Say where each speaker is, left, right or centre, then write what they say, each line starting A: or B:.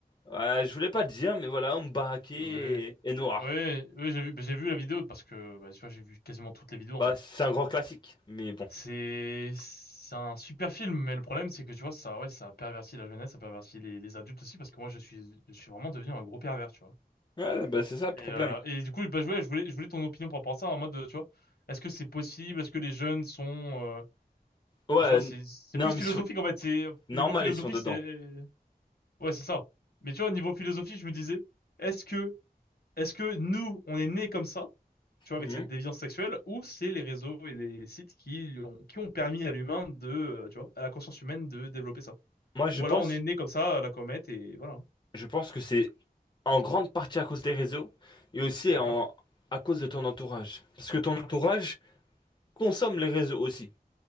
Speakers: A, on the left (about 30°); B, on the left (about 70°).
A: euh, je voulais pas le dire, mais voilà, hommes baraqués
B: Non, bah, oui,
A: et, et noirs.
B: oui, oui, j'ai vu, bah, j'ai vu la vidéo parce que, bah, tu vois, j'ai vu quasiment toutes les vidéos en
A: Bah,
B: fait.
A: c'est un grand classique, mais bon.
B: C'est c'est un super film, mais le problème c'est que tu vois, ça, ouais, ça a perverti la jeunesse, ça a perverti les, les adultes aussi parce que moi, je suis, je suis vraiment devenu un gros pervers, tu vois.
A: Ouais, bah, c'est ça le problème.
B: Et, euh, et du coup, bah, je voulais, je voulais, je voulais ton opinion par rapport à ça, en mode, euh, tu vois, est-ce que c'est possible? Est-ce que les jeunes sont... euh,
A: Ouais,
B: Enfin, tu vois,
A: n-
B: c'est c'est
A: non,
B: plus
A: mais
B: philosophique,
A: ils sont-
B: en fait. C'est,
A: normal,
B: niveau philosophie,
A: ils sont dedans.
B: c'est... Ouais, c'est ça. Mais tu vois, niveau philosophie, je me disais, est-ce que, est-ce que nous, on est nés comme ça, tu vois, avec
A: Mhm.
B: cette déviance sexuelle, ou c'est les réseaux et les sites qui ont, qui ont permis à l'humain de, euh, tu vois, à la conscience humaine de développer ça?
A: Moi, je
B: Ou
A: pense,
B: alors on est né comme ça, à la comète, et voilà.
A: je pense que c'est En grande partie à cause des réseaux et aussi
B: D'accord.
A: en, à cause de ton entourage. Parce que ton entourage consomme les réseaux aussi.